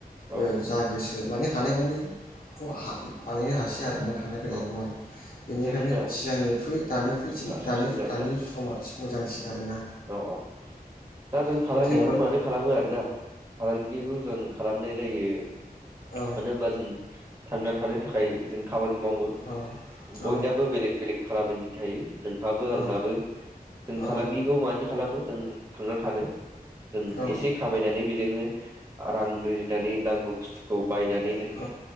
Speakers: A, on the right; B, on the left.
A: औ
B: ओ जागोसो माने हानायमानिखौ हा बानायनो हासै आरो ना थांलाय फैलायखौ
A: औ
B: आरो बेनिखायनो
A: जोंनो
B: सिगांनिख्रुइ दानिखुइसिम
A: साबसिन
B: दानि
A: जाबायना
B: दानि समा मोजांसिन आरोना
A: औ औ दा जों फालांगिखौ
B: बै टाइमावथ'
A: मानो खालामो आरोना फालांगि खौ जों खालामनाय जायो।
B: औ
A: मानो होमबा जों थांना थानो थानाय जों खामानि मावो
B: औ औ
A: बयनाबो बेलेग बेलेग खामानि थायो नोंहाबो आंनाबो
B: औ
A: जों
B: औ
A: फालांगि बिदि खालामो जों थांनानै थानो जों
B: औ
A: एसे खामायनानै बेजोंनो रां रुजिनानै नांगौ बुस्थुखौ बायनानै जों
B: औ